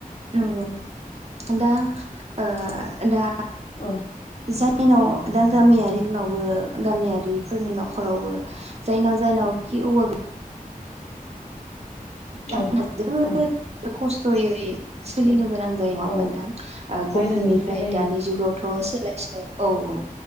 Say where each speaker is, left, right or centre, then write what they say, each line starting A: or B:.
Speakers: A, on the right; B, on the left.
A: नंगौ दा ओ दा
B: औ
A: जायनाव दा गामियारिफोरनावबो गामियारिफोरनि न'खरावबो जायनाव जायनाव जि औवा बिथांमोना
B: औ
A: जोबोद
B: औ
A: खस्थ'यै सोलिनांगोन जायो नङा हा
B: औ
A: नोंथां
B: बायनांगौसो
A: गुबुननिफ्राय
B: जायो
A: दानि जुगावथ' सोलायस' औ औ